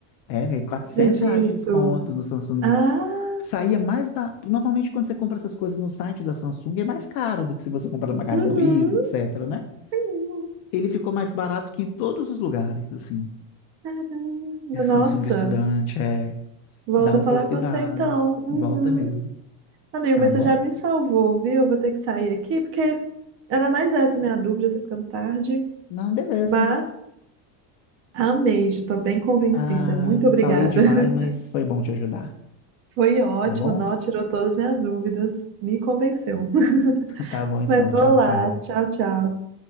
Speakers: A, on the left; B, on the right.
A: é, ganhei 400
B: acredito.
A: reais de desconto no Samsung
B: Ah,
A: saía mais barato. Normalmente, quando você compra essas coisas no site da Samsung, é mais caro do que se você comprar no Magazine
B: uhum,
A: Luiza, etc, né?
B: sim.
A: Ele ficou mais barato que em todos os lugares, assim.
B: Caramba,
A: Esse
B: nossa.
A: Samsung Estudante, é.
B: Volto
A: Dá uma
B: a falar
A: pesquisada,
B: com você então. Uhum.
A: volta mesmo,
B: Amigo,
A: tá
B: mas
A: bom?
B: você já me salvou, viu? Eu vou ter que sair aqui, porque era mais essa minha dúvida, tá ficando tarde.
A: Não, beleza.
B: Mas amei, já tô bem convencida.
A: Ah,
B: Muito obrigada.
A: falei demais,
B: <laughs>
A: mas foi bom te ajudar,
B: Foi ótimo,
A: tá bom?
B: nó,
A: <laughs>
B: tirou todas as minhas dúvidas, me convenceu. <laughs>
A: Tá bom então,
B: Mas vou
A: tchau, tchau.
B: lá. Tchau, tchau.